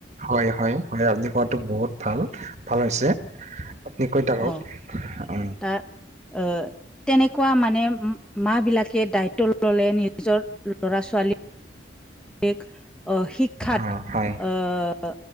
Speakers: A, on the right; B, in the centre.
A: হয় হয় হয় আপুনি কোৱাটো বহুত ভাল ভাল হৈছে। আপুনি কৈ থাকক
B: অহ
A: অ
B: তা অহ তেনেকুৱা মানে। মা বিলাকে দায়িত্ব ল'লে নিজৰ ল'ৰা ছোৱালীক অহ শিক্ষাত
A: অ, হয়
B: অহ